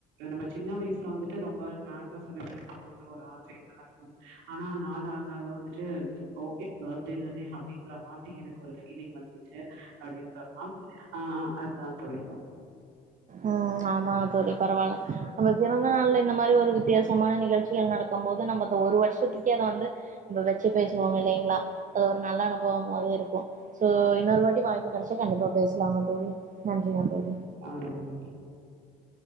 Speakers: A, on the right (about 75°); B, on the right (about 40°).
A: நம்ம சின்ன வயசுல வந்துட்டு ரொம்ப கிராண்டா செலிப்ரேட் பண்ணனும்னு ஒரு ஆசைதான் இருக்கு ஆனா நாள் ஆக ஆக வந்து ட்டு ஓகே பேத்டே தானே அப்டின்ற மாத்ரி எனக்கு ஒரு ஃபீலிங் வந்துச்சு அப்டின்னு சொல்லா அ அதுதா தோழி
B: ம் ஆமா தோழி பரவாயில்ல நம்ம பிறந்த நாள்ல இந்த மாரி ஒரு வித்தியாசமான நிகழ்ச்சிகள் நடக்கும் போது நம்ம ஒரு வருஷத்துக்கே அத வந்து நம்ம வச்சு பேசுவோ இல்லைங்களா அது ஒரு நல்ல அனுபவமாவே இருக் கு சோ இன்னொரு வாட்டி வாய்ப்பு கெடச்சா கண்டிப்பா பேசலாங்க தோழி நன்றிங்க தோழி
A: கண்டிப்பா. ரொம்ப நன்றி